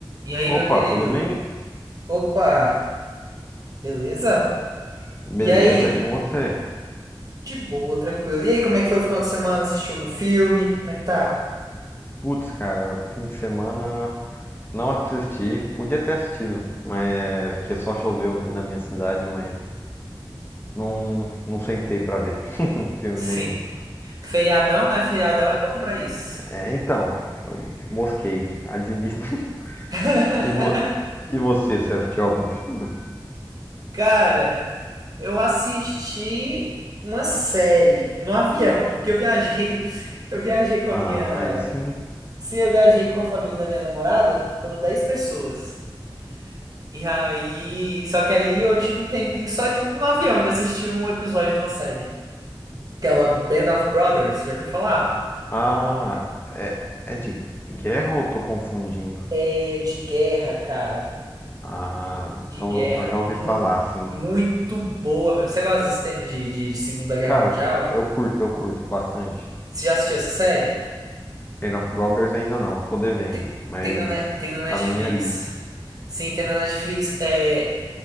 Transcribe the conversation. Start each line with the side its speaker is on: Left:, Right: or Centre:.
Right: E aí,
Left: Opa,
Right: meu querido?
Left: tudo bem?
Right: Opa, beleza?
Left: Beleza,
Right: E aí?
Left: e com você?
Right: De boa, tranquilo. E aí, como é que foi o final de semana? Assistiu algum filme? Como é que tá?
Left: Putz, cara, fim de semana não assisti, podia ter assistido, mas é que só choveu aqui na minha cidade, mas não, não sentei pra ver <laughs> filme
Right: Sim.
Left: nenhum.
Right: Feriadão, né? Feriadão é bom pra isso.
Left: É, então, eu mosquei, admito. <laughs>
Right: <laughs>
Left: E, vo- e você, você assistiu algum filme?
Right: Cara, eu assisti uma série no avião, porque eu viajei, <laughs> eu viajei com
Left: Ah,
Right: a minha,
Left: aí sim.
Right: sim, eu viajei com a família da minha namorada, foram 10 pessoas. E aí, só que aí eu tive um tempinho só de, no avião de assistir um episódio de uma série. Aquela Band of Brothers, já ouviu falar?
Left: Ah, é, é de guerra ou eu tô confundindo?
Right: É de guerra, cara.
Left: Ah, então,
Right: De guerra.
Left: então já ouvi
Right: Mu-
Left: falar, sim.
Right: muito boa, meu. Você gosta desse tema de, de Segunda Guerra
Left: Cara,
Right: Mundial?
Left: eu curto, eu curto bastante.
Right: Você já assistiu essa série?
Left: Band of Brothers ainda não, tô devendo,
Right: Tem,
Left: mas
Right: tem na, Ne- tem na Netflix.
Left: tá na minha lista.
Right: Sim, tem na Netflix. É,